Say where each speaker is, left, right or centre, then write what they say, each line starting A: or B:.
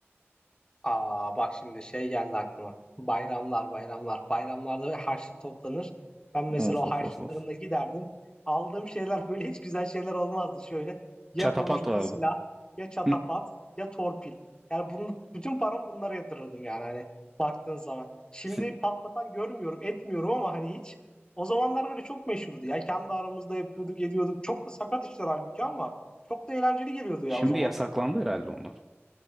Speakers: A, on the left; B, in the centre.
A: Aa bak şimdi şey geldi aklıma. Bayramlar, bayramlar. Bayramlarda harçlık toplanır. Ben mesela
B: Of
A: o
B: of
A: harçlıklarımla
B: of of.
A: giderdim. Aldığım şeyler böyle hiç güzel şeyler olmazdı şöyle. Ya
B: Çatapat
A: boncuklu
B: vardı.
A: silah, ya çatapat,
B: <laughs>
A: ya torpil. Yani bunu, bütün paramı bunlara yatırırdım yani hani baktığın zaman. Şimdi
B: Si-
A: patlatan görmüyorum, etmiyorum ama hani hiç. O zamanlar böyle çok meşhurdu ya. Kendi aramızda yapıyorduk, ediyorduk. Çok da sakat işler halbuki ama çok da eğlenceli geliyordu
B: Şimdi
A: ya o zamanlar.
B: yasaklandı herhalde onlar.